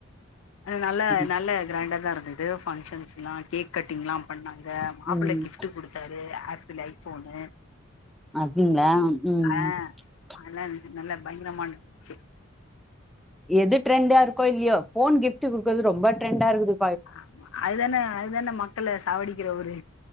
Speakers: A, on the left; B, in the centre.
A: நல்ல
B: ம்
A: நல்ல கிராண்டா தா இருந்தது பங்க்ஷன்ஸ்லா கேக் கட்டிங் எல்லா பண்ணாங் மாப்பிள
B: ம்
A: கிஃப்ட் குடுத்தாரு ஆப்பிள் ஐஃபோனு
B: அதுங்கள ம்
A: ஆ
B: ம் ச்
A: அதெல்லா நல்லா பயங்கரமா <unintelligible>
B: எது ட்ரெண்டா இருக்கோ இல்லையோ ஃபோன் கிப்ட் குடுக்குறது ரொம்ப ட்ரெண்டா இருக்குது
A: ஆமா அதுதானே அதுதானே மக்கள சாவடிக்கிற ஒரு